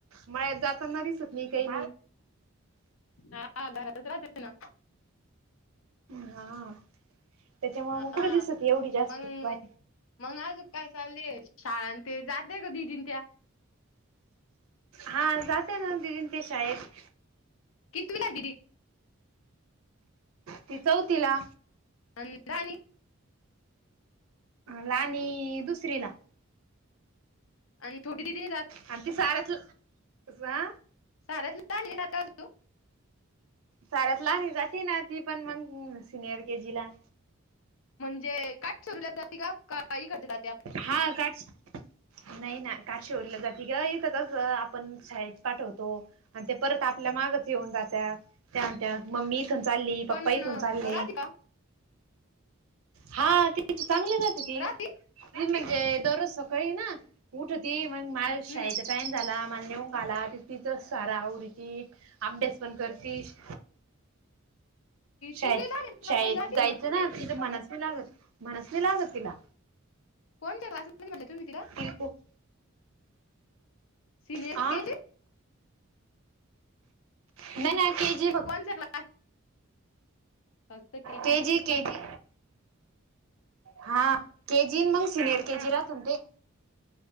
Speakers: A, on the right; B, on the left.
A: मळ्यात जाताना दिसत नाही काय
B: हा घरातच राहते त ना <inaudible>
A: हा त्याच्यामुळ
B: हा
A: मग कुठे दिसत एवढी जास्त
B: मग
A: ती बाई.
B: मग आजू काय चाललेय शाळां ते जातेय ग दिदीन त्या.
A: हा जाते नं दिदीन त्या शाळेत.
B: कितीवी ला दिदी.
A: ति चौतीला.
B: अण लहानी.
A: लाहानी दुसरी ला.
B: आणि छोटीदीदी
A: आणि ती शाळतलं जा.
B: साार्यात ले ना आता अजू <inaudible>
A: साऱ्यात लणी जाते ना ती पण मग सिनियर के जी ला.
B: म्हणजे काय सरूल्यात जाते का काई करडते जाती <inaudible>
A: हा काट नाही ना काठशेहरीला जाते का इथं कसं आपण शाळेत पाठवतो. आणि ते परत आपल्या मागच येऊन जातात त्या त्या मम्मीस. थ चालली पप्पा
B: पण
A: इथून चालले
B: राधिका
A: हा ते चांगले <inaudible>
B: राहती.
A: <inaudible> मग ज दवरज सकाळी ना उटती मग माल शयत
B: हम्म
A: टाईम झाला माला नेऊन घाला त तिच सारा उरीती. अभ्यास पण करतीस. शाळ
B: तिला लहान ना
A: शाळेत
B: पण जाते
A: जायचं ना तिला मनसनी लागत मनसनी लागत तिला.
B: कोणत क्लासमध्ये म्हले तम्ही तिला.
A: ह <inaudible>
B: सिनियर
A: आ
B: केजी
A: नाय नाय के जी
B: कोणसा क्लास. फक्त
A: केजी
B: ला का
A: केजी हा के जी मग सीनर के जी ला तुंते.